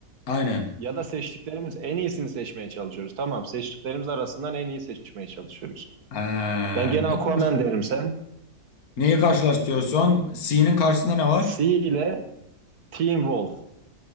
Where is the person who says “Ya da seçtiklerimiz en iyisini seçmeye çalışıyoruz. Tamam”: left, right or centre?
Right